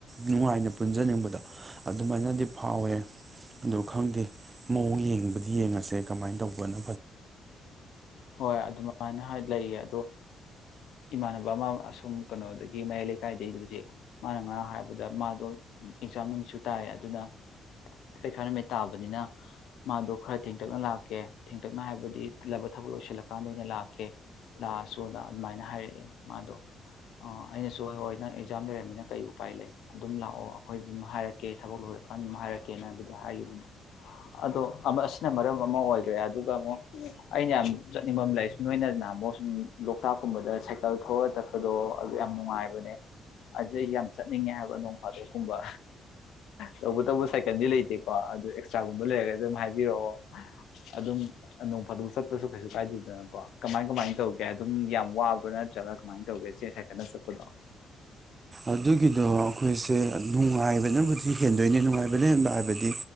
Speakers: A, on the right; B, on the left.
A: ꯅꯨꯡꯉꯥꯏꯅ ꯆꯠꯅꯤꯡꯕꯗ ꯑꯗꯨꯃꯥꯏꯅꯗꯤ ꯐꯥꯎꯋꯦ ꯑꯗꯣ ꯈꯪꯗꯦ ꯃꯑꯣꯡ ꯌꯦꯡꯕꯗꯤ ꯌꯦꯡꯉꯁꯦ ꯀꯃꯥꯏꯅ ꯇꯧꯕꯅꯣ
B: ꯍꯣꯏ ꯑꯗꯨꯃꯥꯏꯅ ꯂꯩꯌꯦ ꯑꯗꯣ ꯏꯃꯥꯟꯅꯕ ꯑꯃ ꯑꯁꯨꯝ ꯀꯩꯅꯣꯗꯒꯤ ꯃꯌꯥꯏ ꯂꯩꯀꯥꯏꯗꯩꯕꯨꯗꯤ ꯃꯥꯅ ꯉꯔꯥꯡ ꯍꯥꯏꯕꯗ ꯃꯥꯗꯣ ꯑꯦꯛꯖꯥꯝ ꯅꯨꯃꯤꯠꯁꯨ ꯇꯥꯏꯌꯦ ꯑꯗꯨꯅ ꯄꯩꯈꯥ ꯅꯨꯃꯤꯠ ꯇꯥꯕꯅꯤꯅ ꯃꯥꯗꯣ ꯈꯔ ꯊꯦꯡꯇꯛꯅ ꯂꯥꯛꯀꯦ ꯊꯦꯡꯇꯛꯅ ꯍꯥꯏꯕꯗꯤꯂꯕ ꯊꯕꯛ ꯂꯣꯏꯁꯤꯜꯂꯀꯥꯟꯗ ꯑꯣꯏꯅ ꯂꯥꯛꯀꯦ ꯂꯥꯛꯑꯁꯨꯅ ꯑꯗꯨꯃꯥꯏꯅ ꯍꯥꯏꯔꯛꯑꯦ ꯃꯥꯗꯣ ꯑꯩꯅꯁꯨ ꯍꯣꯏ ꯍꯣꯏ ꯅꯪ ꯑꯦꯛꯖꯥꯝ ꯂꯩꯔꯝꯃꯤꯅ ꯀꯩ ꯎꯄꯥꯏ ꯂꯩ ꯑꯗꯨꯝ ꯂꯥꯛꯑꯣ ꯑꯩꯈꯣꯏ ꯑꯗꯨꯝ ꯍꯥꯏꯔꯛꯀꯦ ꯊꯕꯛ ꯂꯣꯏꯔꯀꯥꯟꯗ ꯑꯗꯨꯝ ꯍꯥꯏꯔꯛꯀꯦꯅ ꯍꯥꯏꯕꯨꯗꯤ ꯍꯥꯏꯈꯤꯕꯅꯤ ꯑꯗꯣ ꯑꯁꯤꯅ ꯃꯔꯝ ꯑꯃ ꯑꯣꯏꯒ꯭ꯔꯦ ꯑꯗꯨꯒ ꯑꯃꯨꯛ ꯑꯩꯅ ꯌꯥꯝ ꯆꯠꯅꯤꯡꯕ ꯂꯩ ꯅꯣꯏꯅ ꯅꯍꯥꯟꯃꯨꯛ ꯁꯨꯝ ꯂꯣꯛꯇꯥꯛꯀꯨꯝꯕꯗ ꯁꯥꯏꯀꯜ ꯊꯧꯔꯒ ꯆꯠꯄꯗꯣ ꯑꯗꯨ ꯌꯥꯝ ꯅꯨꯡꯉꯥꯏꯕꯅꯦ ꯑꯗꯨ ꯑꯩ ꯌꯥꯝ ꯆꯠꯅꯤꯡꯉꯦ ꯍꯥꯏꯕ ꯅꯣꯡ ꯐꯥꯗꯣꯛꯀꯨꯝꯕ ꯇꯧꯕꯇꯕꯨ ꯁꯥꯏꯀꯜꯗꯤ ꯂꯩꯇꯦꯀꯣ ꯑꯗꯨ ꯑꯦꯛꯁꯇ꯭ꯔꯥꯒꯨꯝꯕ ꯂꯩꯔꯒꯗꯤ ꯑꯗꯨꯝ ꯍꯥꯏꯕꯤꯔꯛꯑꯣ ꯑꯗꯨꯝ ꯅꯣꯡ ꯐꯥꯗꯣꯛ ꯆꯠꯄꯁꯨ ꯀꯩꯁꯨ ꯀꯥꯏꯗꯦꯗꯅꯀꯣ ꯀꯃꯥꯏ ꯀꯃꯥꯏꯅ ꯇꯧꯒꯦ ꯑꯗꯨꯝ ꯌꯥꯝ ꯋꯥꯕ꯭ꯔꯣ ꯅꯠꯇ꯭ꯔꯒ ꯀꯃꯥꯏꯅ ꯇꯧꯒꯦ ꯆꯦ ꯁꯥꯏꯀꯟꯗ ꯆꯠꯄꯗꯣ
A: ꯑꯗꯨꯒꯤꯗꯣ ꯑꯩꯈꯣꯏꯁꯦ ꯅꯨꯡꯉꯥꯏꯕꯅꯕꯨꯗꯤ ꯍꯦꯟꯗꯣꯏꯅꯤ ꯅꯨꯡꯉꯥꯏꯕꯅ ꯍꯦꯟꯕ ꯍꯥꯏꯕꯗꯤ